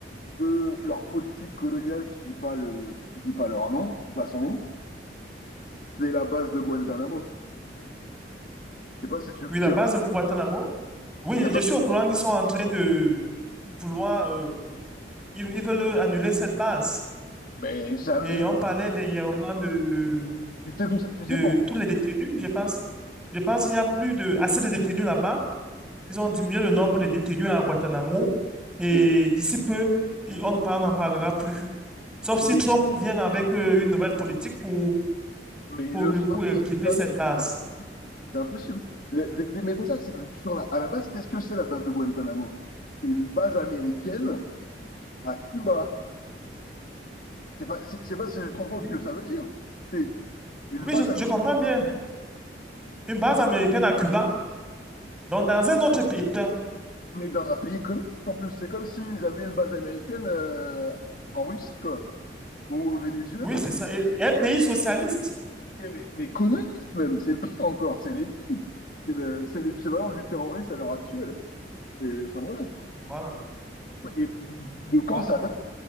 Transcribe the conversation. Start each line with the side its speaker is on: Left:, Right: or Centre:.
Left: de leur politique coloniale qui dit pas le qui dit pas leur nom, qui dit pas son nom, c'est la base de Guantanamo. Je sais pas si tu
Centre: Oui, la
Left: je-
Centre: base de Guantanamo. Oui,
Left: la base
Centre: je suis
Left: de-
Centre: au courant qu'ils sont en train de vouloir euh, Ils, ils veulent annuler cette base.
Left: mais jamais
Centre: Et on
Left: le-
Centre: parlait dernièrement de,
Left: tu sais d'où ça- tu sais
Centre: de
Left: pourquoi?
Centre: tous les détenus, je pense. Je pense qu'il n'y a plus de, assez de détenus là-bas. Ils ont diminué le nombre de détenus à Guantanamo. Et
Left: Mais
Centre: d'ici peu, il- on ne parle- on n'en parlera plus. Sauf
Left: mais
Centre: si Trump vient avec euh, une nouvelle politique pour
Left: Mais
Centre: pour,
Left: il le fera
Centre: pour équiper
Left: pas, jamais,
Centre: cette base.
Left: c'est impossible. C'est impossible. Mais dé- dé- mais déjà, c'est- sur la- à la base, qu'est-ce que c'est la base de Guantanamo? C'est une base américaine à Cuba. c'est pas, c'est c'est pas si je te rends compte
Centre: Oui,
Left: ce que ça veut dire. C'est une
Centre: Oui,
Left: base
Centre: je,
Left: américaine
Centre: je comprends bien. Une base américaine à Cuba, donc dans un autre pays. Tiens.
Left: mais dans un pays communiste en plus. C'est comme s'ils avaient une base américaine euh, en Russie, quoi, ou au Venezuela.
Centre: Oui, c'est ça. Et, et un pays socialiste.
Left: Mais, mais, mais communiste même, c'est pire encore, c'est l'ennemi. C'est le- c'est l'équivalent du terroriste à l'heure actuelle. C'est- Enfin voilà.
Centre: Voilà,
Left: Et de quand
Centre: voilà.
Left: ça date?